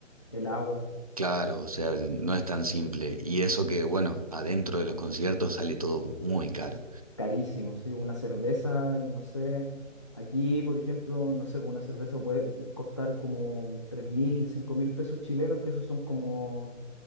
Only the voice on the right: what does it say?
claro, o sea, no es tan simple. Y eso que, bueno, adentro de los conciertos sale todo muy caro.